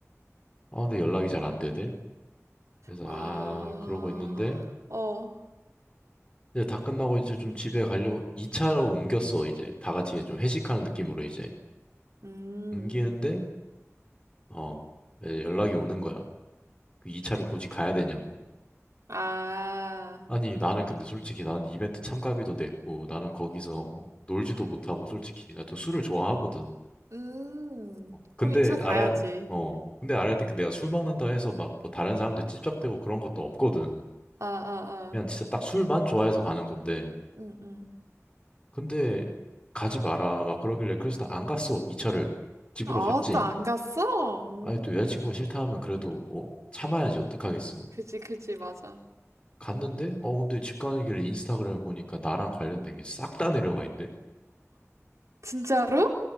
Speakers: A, on the left (about 20°); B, on the right (about 80°).
A: 아, 근데 연락이 잘 안 되대. 그래서
B: 아,
A: 아, 그러고 있는데
B: 어.
A: 이제 다 끝나고 이제 좀 집에 가려고 2차로 옮겼어, 이제. 다 같이 이제 좀 회식하는 느낌으로 이제
B: 음, 음,
A: 옮기는데
B: 음.
A: 어, 이제 연락이 오는 거야. 그 2차를 굳이 가야 되냐고.
B: 아,
A: 아니, 나는 근데 솔직히 나는 이벤트 참가비도 냈고 나는 거기서 놀지도 못하고 솔직히 나 또 술을 좋아하거든.
B: 음.
A: 어, 근데
B: 그럼 이 차 가야지.
A: 알아, 어, 근데 알아야 돼. 내가 술 먹는다 해서 막 뭐 다른 사람들 찝적대고 그런 것도 없거든.
B: 아, 아,
A: 그냥
B: 아.
A: 진짜 딱 술만 좋아해서 가는 건데.
B: 음, 음.
A: 근데 가지 마라. 막 그러길래 그래서 나 안 갔어. 이 차를. 집으로
B: 아,
A: 갔지.
B: 또 안 갔어? 음.
A: 아니 또 여자친구가 싫다 하면 그래도 뭐 참아야지
B: 응, 응.
A: 어떡하겠어.
B: 그지, 그지, 맞아.
A: 갔는데 어 근데 집 가는 길에 인스타그램을 보니까 나랑 관련된 게 싹 다 내려가 있네.
B: 진짜로?